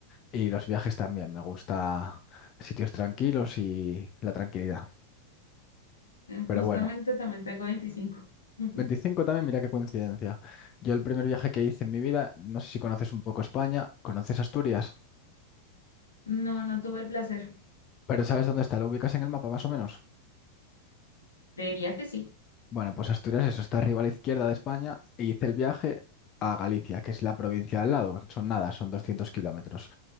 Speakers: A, on the left; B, on the left.
A: Y los viajes también, me gusta sitios tranquilos y la tranquilidad.
B: Eh,
A: Pero
B: Justamente
A: bueno,
B: también tengo 25. <laughs>
A: 25 también, mira qué coincidencia. Yo el primer viaje que hice en mi vida, no sé si conoces un poco España, ¿conoces Asturias?
B: No, no tuve el placer.
A: Pero ¿sabes dónde está? ¿Lo ubicas en el mapa más o menos?
B: Diría que sí.
A: Bueno, pues Asturias, eso está arriba a la izquierda de España e hice el viaje a Galicia, que es la provincia al lado. Son nada, son 200 kilómetros,